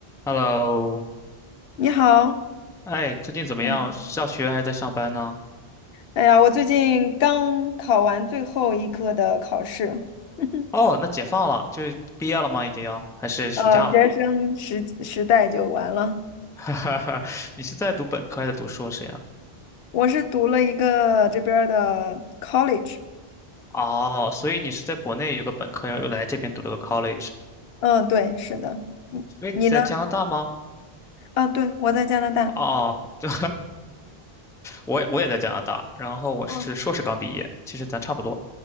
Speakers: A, in the centre; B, on the left.
A: Hello，
B: 你好，
A: 哎，最近怎么样？
B: 嗯
A: 上学还是在上班呢？
B: 哎呀，我最近刚考完最后一科的考试，<laughs>
A: 哦，那解放了，就是毕业了吗？已经要，还是暑假了？
B: 啊，学生时时代就完了。
A: <laughs> 哈哈你是在读本科还是读硕士呀？
B: 我是读了一个这边儿的 college，
A: 哦，所以你是在国内有个本科，然后又来这边读了个 college，
B: 嗯，对，是的，你你呢？
A: 所以你在加拿大吗？
B: 啊，对，我在加拿大。
A: 哦，<laughs> 对，我也我也在加拿大，然后我是硕士刚毕业，
B: 哦
A: 其实咱差不多。